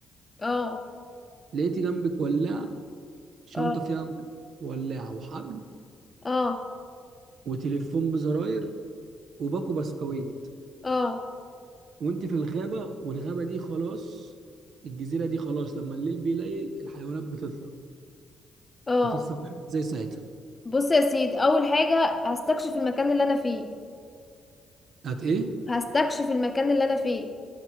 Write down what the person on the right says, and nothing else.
لقيتي جنبك ولاعه شنطه
فيها ولاعه وحبل
وتليفون بزراير وباكو بسكويت
وانت في الغابه والغابه دي خلاص الجزيره دي خلاص لما الليل بيليل الحيوانات بتطلع
هتتصرفي ازاي ساعتها
هت ايه